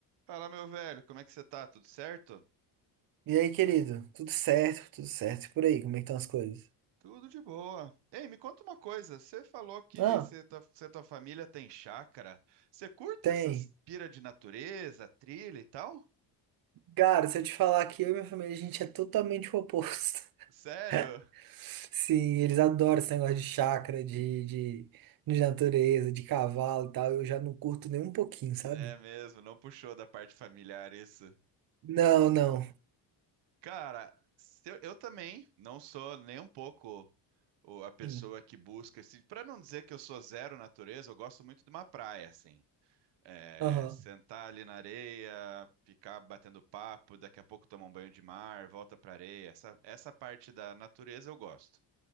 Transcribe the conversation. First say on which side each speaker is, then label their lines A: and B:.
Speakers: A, on the right (about 80°); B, on the right (about 55°).
A: Fala, meu velho, como é que você tá? Tudo certo?
B: E aí, querido? Tudo certo, tudo certo. E por aí, como é que estão as coisas?
A: Tudo de boa. Ei, me conta uma coisa. Você falou que
B: Não,
A: você tá- você e tua família tem chácara. Você curte
B: tem.
A: essas pira de natureza, trilha e tal?
B: Cara, se eu te falar que eu e minha família, a gente é totalmente o oposto.
A: Sério?
B: <laughs> Sim, eles adoram esse negócio de chácara, de, de, de natureza, de cavalo e tal. Eu já não curto nem um pouquinho,
A: Né
B: sabe?
A: mesmo, não puxou da parte familiar isso.
B: Não, não.
A: Cara, se eu, eu também não sou nem um pouco o- a pessoa
B: Sim.
A: que busca esse. Para não dizer que eu sou zero natureza, eu gosto muito de uma praia, assim. É,
B: Aham.
A: sentar ali na areia, ficar batendo papo, daqui a pouco tomar um banho de mar, volta pra areia. Essa, essa parte da natureza eu gosto.